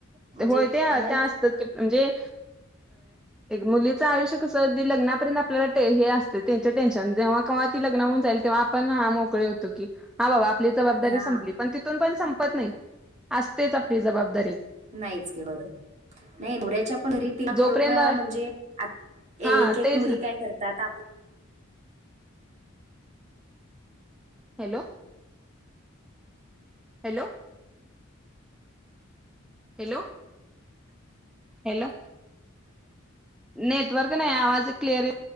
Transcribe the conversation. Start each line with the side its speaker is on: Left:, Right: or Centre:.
Right: म्हणजे
Centre: होय त्या
Right: मन
Centre: असतात म्हणजे मुलीचं आयुष्य लग्नापर्यंत आपल्याला हे असते त्यांचे टेन्शन जेव्हा ती लग्न होऊन जाईल तेव्हा आपण हा मोकळे. <unintelligible> हा बाबा आपली जबाबदारी
Right: हा
Centre: संपली, पण तिथून पण संपत नाही असतेच आपली जबाबदारी.
Right: नाहीच की होय. नाही मोऱ्याच्या पण रीतीला
Centre: जोपर्यंत
Right: खरोखर म्हणजे
Centre: हा
Right: एक एक
Centre: तेच
Right: मुली
Centre: ना
Right: काय करतात आप
Centre: hello. Hello. Hello, hello network नाही आवाज क्लिअर येत ''--''